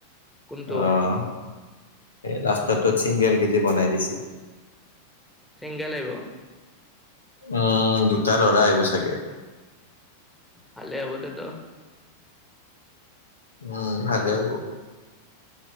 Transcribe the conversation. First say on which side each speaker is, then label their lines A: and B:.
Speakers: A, in the centre; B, on the left.
A: কোনটোত
B: অ' এই লাষ্ট তীততো চিংগেল কেজি বনাই দিছি।
A: চিংগেল আহিব।
B: উম দুটা ল'ৰা আহিব চাগে।
A: ভালে হবতেতো
B: উম ভালে হ'ব।